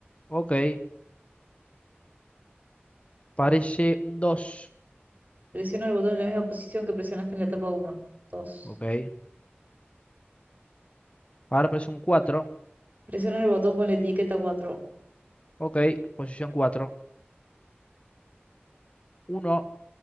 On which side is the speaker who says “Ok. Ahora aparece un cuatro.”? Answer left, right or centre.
Left